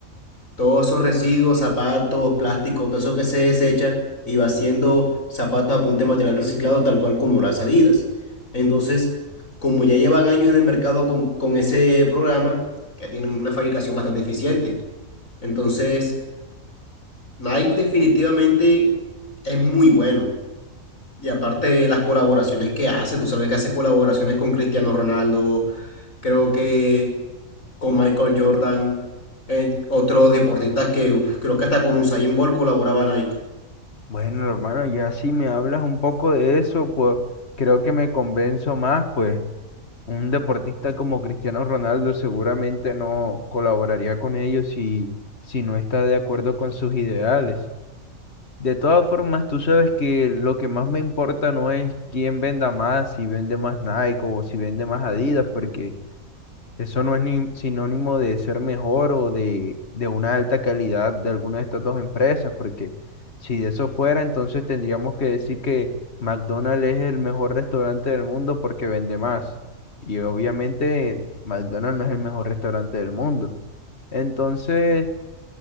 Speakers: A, on the left (about 70°); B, on the left (about 50°).
A: Todos esos residuos, zapatos, plástico, todo eso que se desecha y va haciendo zapatos a punta de material reciclado, tal cual como las Adidas. Entonces, como ya llevan años en el mercado con, con ese programa, que tienen una fabricación bastante eficiente. Entonces, Nike definitivamente es muy bueno. Y aparte de las colaboraciones que hace, tú sabes que hace colaboraciones con Cristiano Ronaldo, creo que con Michael Jordan, en otros deportistas que uf, creo que hasta con Usain Bolt colaboraba Nike
B: Bueno, hermano, ya si me hablas un poco de eso, pues creo que me convenzo más, pues un deportista como Cristiano Ronaldo seguramente no colaboraría con ellos si, si no está de acuerdo con sus ideales. De todas formas, tú sabes que lo que más me importa no es quién venda más, si vende más Nike o si vende más Adidas, porque eso no es ni sinónimo de ser mejor o de, de una alta calidad de alguna de estas dos empresas, porque si de eso fuera, entonces tendríamos que decir que McDonald's es el mejor restaurante del mundo porque vende más. Y obviamente McDonald's no es el mejor restaurante del mundo. Entonces...